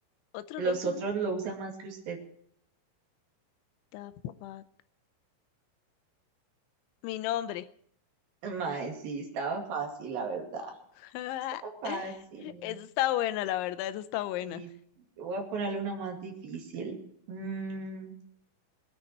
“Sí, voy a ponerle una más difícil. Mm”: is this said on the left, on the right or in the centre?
Right